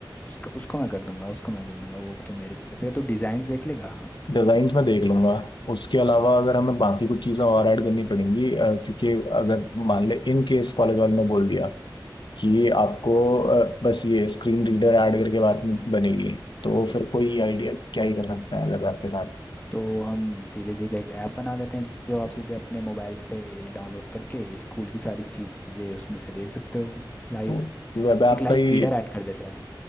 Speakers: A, on the left; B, on the left.
A: उसको उसको मैं कर दूंगा उसको मैं कर दूंगा वो तो मेरे पे कर देगा तो डिज़ाइंस देख लेगा
B: डिजाइन्स मैं देख लूंगा उसके अलावा अगर हमें बाकी कुछ चीज़ें और ऐड करनी पड़ेंगी अ, क्योंकि अगर मान ले इन केस कॉलेज वालों ने बोल दिया कि ये आपको अ, बस ये स्क्रीन रीडर ऐड करके बात बनेगी तो फिर कोई आइडिया क्या ही कर सकता है अगर आपके साथ
A: तो हम सीधे सीधे एक ऐप बना देते हैं जो आप सीधे अपने मोबाइल पे डाउनलोड करके स्कूल की सारी चीज़ें उसमें से देख सकते हो लाइव
B: तो वेब ऐप
A: एक लाइव
B: का ही
A: फीडर ऐड कर देते हैं